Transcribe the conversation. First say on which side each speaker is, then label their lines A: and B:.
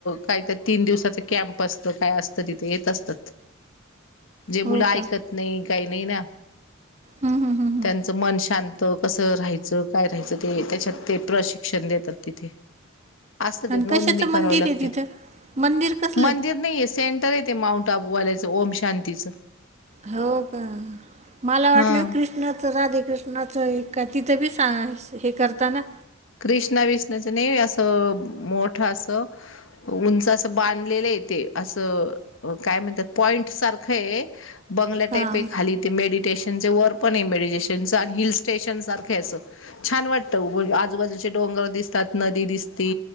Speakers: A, on the left; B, on the right.
A: काही त्या तीन दिवसाच कॅम्प असतं काय असतं तिथे येत असतं. जे
B: हो
A: मुलं ऐकत
B: का?
A: नाही काही नाही ना.
B: हम्म हम्म हम्म हम्म
A: त्यांचं मन शांत कसं राहायचं काय राहायचं ते त्याच्यात ते प्रशिक्ष शिक्षण देतात तिथे असत ते
B: आणि
A: नोंदणी
B: कशाचं मंदिर
A: करावी लागते
B: आहे तिथं? मंदिर कसलंय?
A: मंदिर नाहीय सेंटर ते माऊंट आबूवाल्याचं ओम शांतीचं.
B: हो का मला वाटलं
A: हा
B: कृष्ण न तर राधेकृष्णाच काय तिथे बी हे करताना
A: कृष्णा विष्णाच नाही असं मोठं असं. उंच असं बांधलेलं येते असं. काय म्हणतात पॉईंट सारखं आहे बंगल्या
B: हां.
A: टाईप एक खाली ते मेडिटेशनचे वर पण आहे मेडिटेशनचं आणि हिल स्टेशन सारखं हाय असं. छान वाटतं. बाजूचे डोंगर दिसतात, नदी दिसती,